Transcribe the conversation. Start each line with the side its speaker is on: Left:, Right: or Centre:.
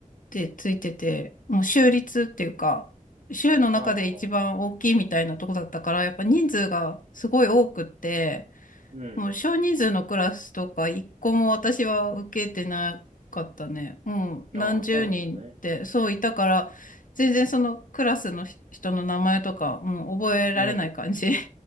Left: てついてて、もう州立っていうか、州の中で一番大きいみたいなとこだったから、
Right: ああ、
Left: やっぱ人数がすごい多くって、
Right: うん。
Left: もう少人数のクラスとか一個も私は受けてなかったね。うん、何十人ってそういたから、
Right: ああ、そうなんだね。
Left: 全然そのクラスの人の名前とか、もう覚えられない感じ。
Right: うん。